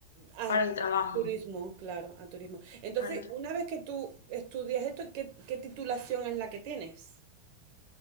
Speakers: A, on the right; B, on the left.
A: A,
B: para el trabajo.
A: a turismo, claro, a turismo. Entonces,
B: Para el
A: una vez que tú estudias esto, ¿qué, qué titulación es la que tienes?